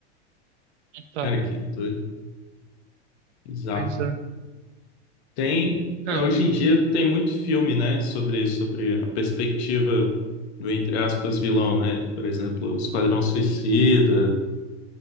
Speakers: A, on the right; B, on the left.
A: Então,
B: Cara, que doido, bizarro.
A: pois é.
B: Tem,
A: Não,
B: é, hoje em dia tem muito filme, né, sobre, sobre a perspectiva do, entre aspas, vilão, né? Por exemplo, Esquadrão Suicida.